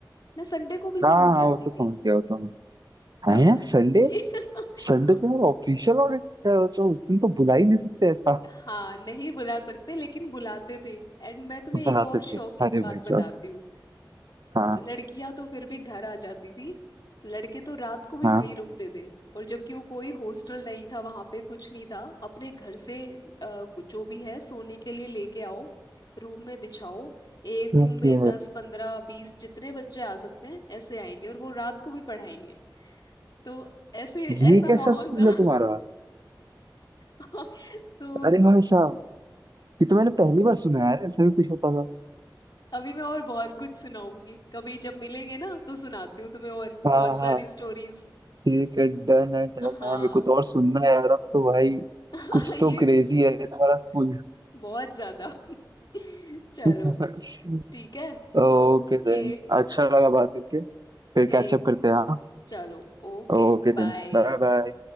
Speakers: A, on the left (about 60°); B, on the right (about 60°).
A: मैं संडे को भी स्कूल
B: हाँ
A: जाती
B: हाँ वो तो
A: थी
B: समझ गया वो तो हम हाँ
A: तो
B: यार संडे
A: <laughs>
B: संडे तो यार ऑफिशियल ऑडिट है वो तो उस दिन तो बुला ही नहीं सकते ऐसा
A: हाँ नहीं बुला सकते लेकिन बुलाते थे एंड मैं तुम्हें एक
B: बुलाते
A: और
B: थे
A: शॉकिंग
B: अरे
A: बात
B: भाई
A: बताती
B: साहब
A: हूँ
B: हाँ
A: लड़कियां तो फिर भी घर आ जाती थी लड़के तो रात को भी
B: हाँ
A: वहीं रुकते थे और जबकि वो कोई हॉस्टल नहीं था वहां पे कुछ नहीं था अपने घर से अ, कु- जो भी है सोने के लिए लेके आओ रूम में बिछाओ एक रूम
B: ओके
A: में दस पंद्रह बीस जितने बच्चे आ सकते हैं ऐसे आएंगे और वो रात को भी पढ़ाएंगे तो ऐसे ऐसा
B: ये कैसा
A: माहौल
B: स्कूल
A: था
B: है तुम्हारा
A: <laughs> तो
B: अरे भाई साहब ये तो मैंने पहली बार सुना है यार ऐसा भी कुछ होता था
A: अभी मैं और बहुत कुछ सुनाऊंगी कभी जब मिलेंगे ना तो सुनाती हूँ तुम्हें और
B: हाँ
A: बहुत सारी स्टोरीज
B: ठीक है डन है डन
A: हाँ
B: है मेरे को तो और सुनना है यार अब तो भाई
A: <laughs>
B: कुछ
A: ये
B: तो क्रेजी है तुम्हारा
A: <laughs>
B: स्कूल
A: बहुत ज्यादा <laughs> चलो
B: <laughs>
A: ठीक है
B: ओके
A: ओके
B: देन अच्छा लगा बात करके फिर
A: सेम
B: कैचअप करते हैं हाँ
A: चलो ओके
B: Okay then
A: बाय
B: bye bye